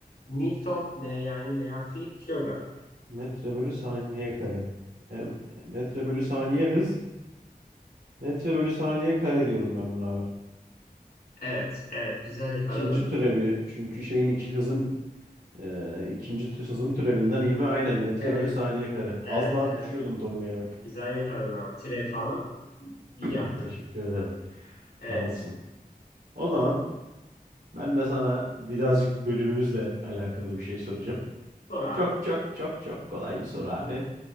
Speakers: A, on the left; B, on the right.
A: Newton, ne yani ne artı kilogram.
B: Metre bölü saniye kare. Em- metre bölü saniye hız. Metre bölü saniye kare diyorum ben buna abi.
A: Evet, evet, güzel yakaladın.
B: İkinci türevi. Çünkü şeyin iki hızın e, ikinci tü- hızın türevinden ivme aynen metre
A: Evet,
B: bölü saniye kare.
A: evet,
B: Az daha
A: evet.
B: düşüyordum Tonga'ya bak.
A: Güzel yakaladın ama. Türev falan iyi
B: <clears throat>
A: yaptın.
B: Teşekkür ederim.
A: Evet.
B: Sağ olsun. O zaman ben de sana birazcık bölümümüzle alakalı bir şey soracağım.
A: Sor abi.
B: Çok çok çok çok kolay bir soru abi.